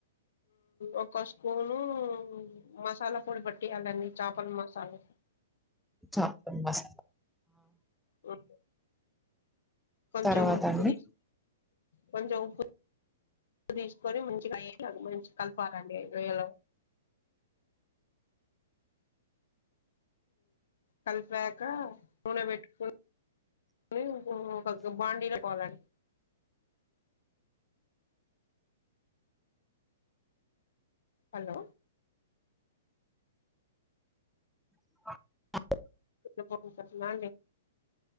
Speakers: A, on the left; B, in the centre.
A: ఒక స్పూను మసాలా పొడి పట్టటియాలండి చేపల మసాలా పొ
B: చ మస్
A: ఇ కొంచం
B: తర్వాత అండి
A: పుది కొంచెం ఉప్పు ఉ తీసుకొని మంచిగా అ మంచి కలపాలండియలో కలిపాక నూనె పెట్టుకుని ఒక బాండీలో పోలాలి హలో
B: <inaudible>
A: ఎ పో సన్నా